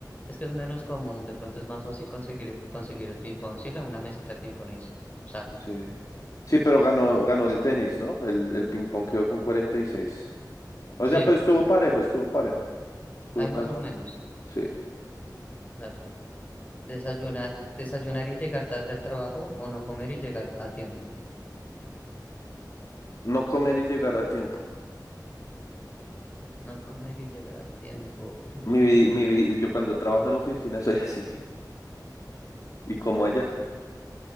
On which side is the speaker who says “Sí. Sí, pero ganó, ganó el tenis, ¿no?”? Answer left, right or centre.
Left